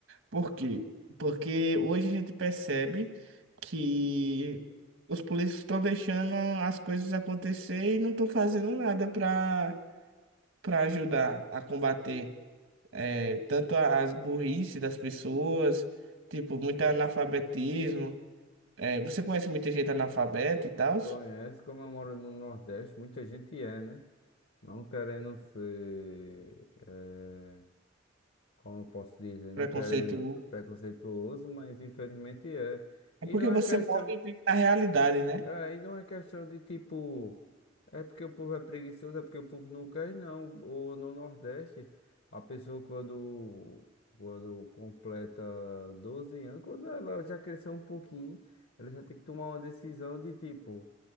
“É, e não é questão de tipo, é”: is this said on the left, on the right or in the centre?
Left